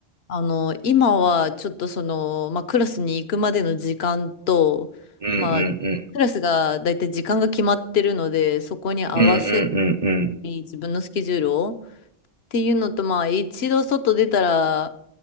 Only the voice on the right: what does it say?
うんうんうん。
うんうんうんうん。